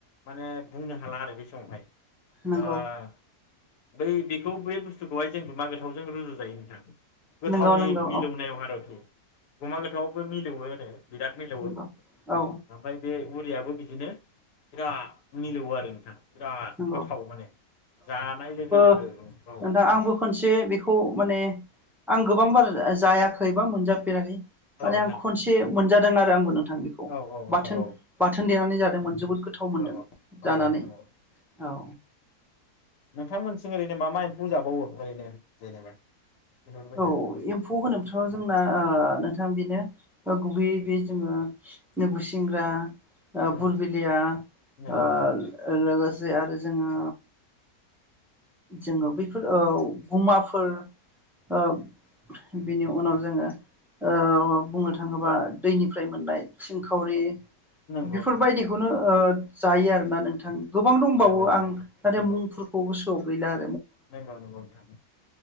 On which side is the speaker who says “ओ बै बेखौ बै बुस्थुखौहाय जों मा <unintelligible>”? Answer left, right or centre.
Left